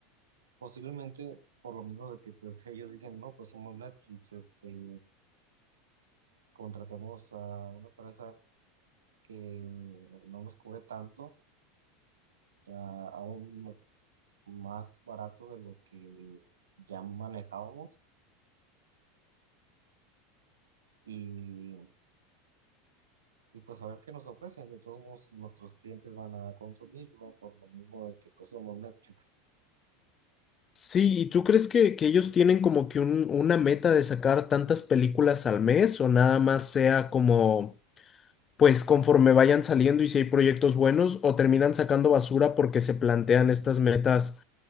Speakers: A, on the right; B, on the left.
A: Posiblemente por lo mismo de que pues ellos dicen, no, pues somos Netflix, este, contratemos a una empresa que no nos cubre tanto a, a un más barato de lo que ya manejábamos y, y pues a ver qué nos ofrecen. De todos modos, nuestros clientes van a consumirlo por lo mismo de que pues somos Netflix.
B: Sí, ¿y tú crees que, que ellos tienen como que un- una meta de sacar tantas películas al mes o nada más sea como, pues conforme vayan saliendo y si hay proyectos buenos o terminan sacando basura porque se plantean estas metas